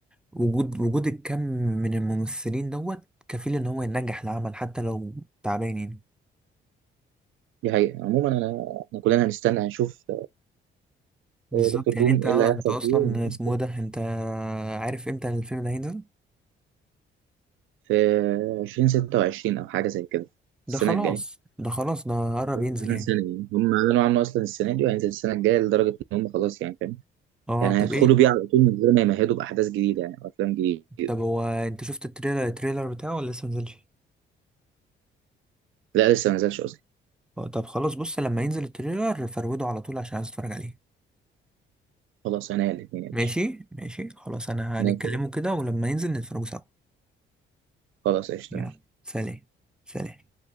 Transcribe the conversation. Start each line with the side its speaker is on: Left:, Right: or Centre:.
Centre: وجود وجود الكم من الممثلين دوت كفيل ان هو ينجح العمل حتى لو تعبان يعني
Right: دي حقيقة عموما أنا إحنا كلنا هنستنى هنشوف
Centre: بالظبط
Right: دكتور
Centre: يعني
Right: دوم
Centre: انت
Right: ايه
Centre: انت
Right: اللي هيحصل
Centre: اصلا
Right: فيه هنشوف
Centre: اسمه إيه ده انت عارف امتى الفيلم ده هينزل
Right: في 2026 او حاجه زي كده السنه
Centre: ده خلاص
Right: الجايه
Centre: ده خلاص ده قرب
Right: كمان
Centre: ينزل يعني
Right: سنه يعني هم اعلنوا عنه اصلا السنه دي وهينزل السنه الجايه لدرجه ان هم خلاص يعني فاهم
Centre: اه
Right: يعني
Centre: طب
Right: هيدخلوا
Centre: ايه
Right: بيه على طول من غير ما يمهدوا باحداث جديده يعني وافلام جديده
Centre: طب هو انت شفت التريلر التريلر بتاعه ولا لسه منزلش
Right: لا لسه ما نزلش اصلا
Centre: اه، طب خلاص بص لما ينزل التريلر فروده على طول عشان عايز اتفرج عليه
Right: خلاص انا الاثنين يا
Centre: ماشي
Right: باشا
Centre: ماشي خلاص انا
Right: نازل.
Centre: هنتكلمه كده ولما ينزل نتفرجوا سوا
Right: خلاص قشطه
Centre: يلا
Right: ماشي
Centre: سلام سلام